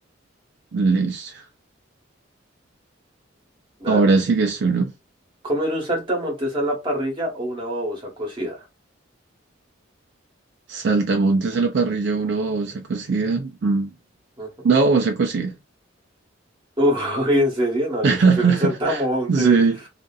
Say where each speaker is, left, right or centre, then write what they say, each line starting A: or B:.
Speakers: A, on the right; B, on the right.
A: Listo.
B: Dale.
A: Ahora sigues tú, ¿no?
B: ¿Comer un saltamontes a la parrilla o una babosa cocida?
A: Saltamontes a la parrilla, una babosa cocida. Mm.
B: Ujú.
A: Una babosa cocida.
B: Uy, ¿en serio? No, yo
A: <laughs>
B: prefiero el saltamontes.
A: Sí,